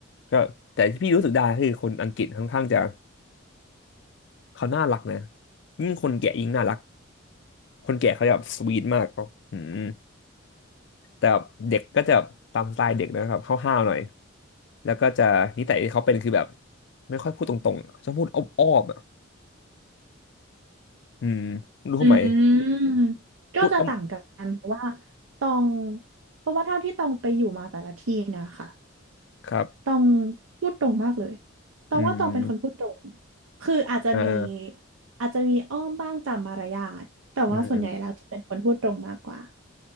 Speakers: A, on the left (about 55°); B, on the right (about 70°).
A: ก็แต่ที่พี่รู้สึกได้คือคนอังกฤษค่อนข้างจะเขาน่ารักนะยิ่งคนแก่ยิ่งน่ารักคนแก่เขาจะแบบสวีทมากก็อืมแต่แบบเด็กก็จะแบบตามสไตล์เด็กนะครับห้าวๆหน่อยแล้วก็จะนิสัยที่เขาเป็นคือแบบไม่ค่อยพูดตรงๆอะชอบพูดอ้อมๆอ่ะอืมไรู้ทำไม
B: อืมก็จะต่างกันเพราะว่า
A: พูดอ้อม
B: ตองเพราะว่าเท่าที่ตองไปอยู่มาแต่ละที่นะคะ
A: ครับ
B: ตองพูดตรงมากเลยตองว่าตองเป็นคนพูดตรง
A: อืม
B: คืออาจจะมี
A: อ่า
B: อาจจะมีอ้อมบ้างตามมารยาทแต่ว่าส่วนใหญ่แล้วจะเป็นคนพูดตรงมากกว่า
A: อืม